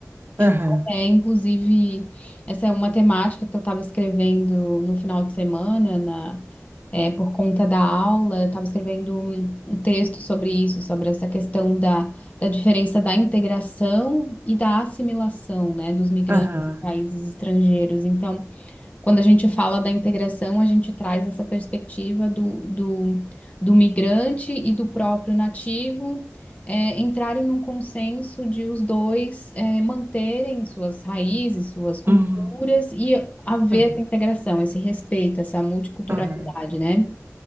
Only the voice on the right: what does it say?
Aham,
aham,
uhum,
aham,
aham,